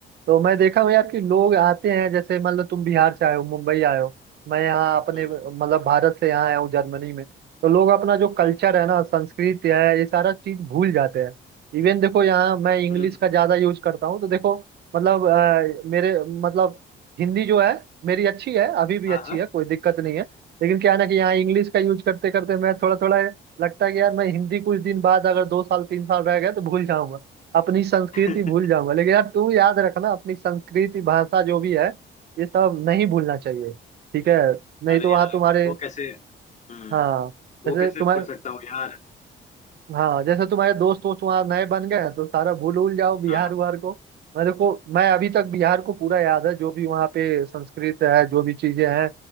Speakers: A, on the right; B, on the left.
A: तो मैं देखा हूँ यार कि लोग आते हैं जैसे मतलब तुम बिहार से आए हो मुंबई आए हो मैं यहाँ अपने
B: हम्म
A: मतलब भारत से यहाँ आया हूँ जर्मनी में तो लोग अपना जो कल्चर
B: हम्म
A: है ना संस्कृति है ये सारा चीज भूल जाते हैं इवन देखो यहाँ मैं इंग्लिश
B: हम्म,
A: का ज्यादा यूज करता हूँ तो देखो मतलब अ, मेरे मतलब हिंदी जो है मेरी अच्छी है अभी भी
B: हाँ
A: अच्छी
B: हाँ
A: है कोई दिक्कत नहीं है लेकिन क्या है ना कि यहाँ इंग्लिश का यूज करते करते मैं थोड़ा थोड़ा लगता है कि यार मैं हिंदी कुछ दिन बाद अगर दो साल तीन साल रह गए तो भूल जाऊंगा अपनी संस्कृति
B: <laughs>
A: भूल जाऊंगा लेकिन यार तू याद रखना अपनी संस्कृति भाषा जो भी है ये सब नहीं भूलना चाहिए ठीक है नहीं
B: अरे
A: तो वहाँ
B: यार
A: तुम्हारे
B: वो कैसे हम्म
A: हाँ जैसे
B: वो कैसे
A: तुम्हारे
B: भूल सकता हूँ यार
A: हाँ जैसे तुम्हारे दोस्त वोस्त वहाँ नए बन गए हैं तो सारा भूल उल जाओ बिहार
B: हाँ
A: उहार को मैं देखो मैं अभी तक बिहार को पूरा याद है जो भी वहाँ पे संस्कृत है जो भी चीजें हैं